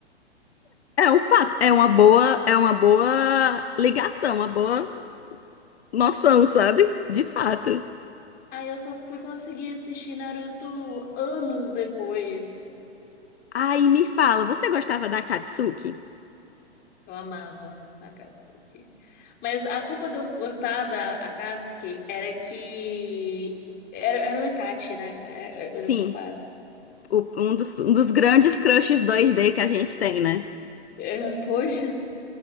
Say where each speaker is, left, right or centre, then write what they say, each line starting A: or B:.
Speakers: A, on the left; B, on the left.
A: É um fato, é uma boa, é uma boa ligação, uma boa noção, sabe? De fato.
B: Aí eu só fui conseguir assistir Naruto anos depois.
A: Aí me fala, você gostava da Katsuki?
B: Eu amava a Akatsuki. Mas a culpa de eu gostar da Akatsuki era que era, era o Itachi, né? Era,
A: Sim.
B: era o culpado.
A: o- um dos, um dos grandes crushes 2D que a gente tem, né?
B: É, poxa,